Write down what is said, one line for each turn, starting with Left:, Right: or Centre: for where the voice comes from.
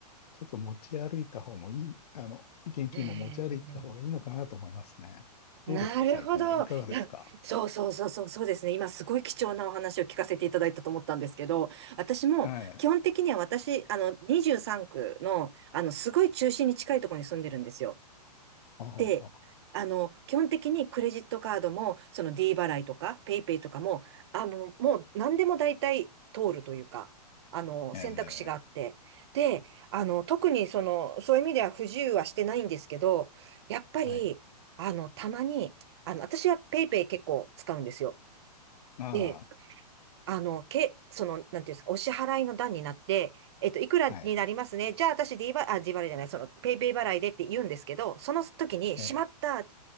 Left: ちょっと持ち歩いた方もいい、あの、現金も持ち歩いた方がいいのかなと思いますね。
Right: へえ
Left: どうですか、
Right: なるほど。
Left: 最近はいかがですか
Right: いや、そうそうそうそう、そうですね。今すごい貴重なお話を聞かせていただいたと思ったんですけど、私も基本的には私、
Left: はい。
Right: あの、23区の、あの、すごい中心に近いところに住んでるんですよ。
Left: ほうほうほう。
Right: で、あの、基本的にクレジットカードも、その D 払いとか、ペイペイとかも、あの、もう何でも大体通るというか、あの、
Left: え
Right: 選択肢があって。で、あの、特にその、そういう意味では不自由はしてないんですけど、やっぱり、
Left: ー、はい。
Right: あの、たまに、あの、私はペイペイ結構使うんですよ。
Left: あ
Right: で、あの、け、その、なんていうんですか、お支払いの段になって、えっと、いくらになりますね。
Left: あ、はい。
Right: じゃあ、私 D 払い、あ、D 払いじゃない、その、ペイペイ払いでって言うんですけど、その時に、
Left: え
Right: しまった。